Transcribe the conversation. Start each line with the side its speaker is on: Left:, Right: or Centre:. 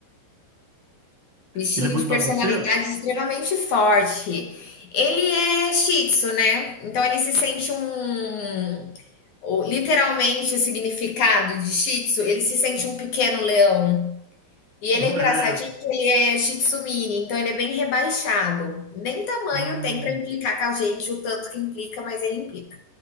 Left: Bichinho
Right: ele é muito
Left: de personalidade
Right: bagunceiro?
Left: extremamente forte. Ele é Shih Tzu, né? Então ele se sente um. o- Literalmente o significado de Shih Tzu, ele se sente um pequeno leão. E
Right: Não,
Left: ele é engraçadinho
Right: É,
Left: que ele é Shih Tzu mini, então ele é bem rebaixado. Nem tamanho
Right: ah,
Left: tem para implicar com a gente, o tanto que implica, mas ele implica.